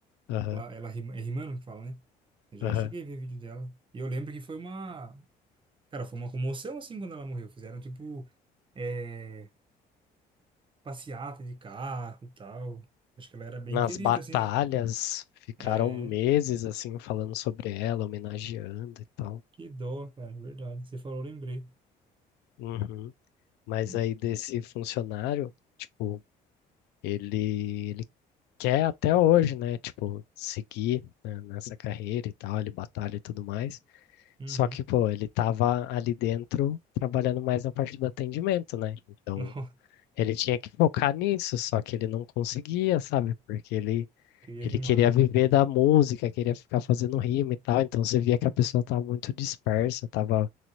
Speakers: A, on the left (about 85°); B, on the right (about 30°).
A: Aham,
B: Ela, ela rima- é rimando que fala, né? Eu já
A: aham.
B: cheguei a ver vídeo dela. E eu lembro que foi uma. Cara, foi uma comoção assim quando ela morreu. Fizeram tipo. é, passeata de carro e tal. Acho que ela era bem
A: Nas
B: querida,
A: batalhas,
B: assim, né?
A: ficaram
B: É,
A: meses assim falando sobre ela, homenageando e tal.
B: que dó, cara, verdade. Você falou, eu lembrei.
A: Uhum. Mas
B: Uhum.
A: aí desse funcionário, tipo, ele, ele quer até hoje, né? Tipo, seguir, né, nessa carreira e tal, ele batalha e tudo mais.
B: <laughs>
A: Só que, pô, ele tava ali dentro trabalhando mais na parte do atendimento, né? Então,
B: Nossa,
A: ele tinha que focar nisso, só que ele não conseguia, sabe? Porque ele,
B: queria
A: ele
B: rimar.
A: queria viver da música, queria ficar fazendo rima e tal. Então, você via que a pessoa tava muito dispersa, tava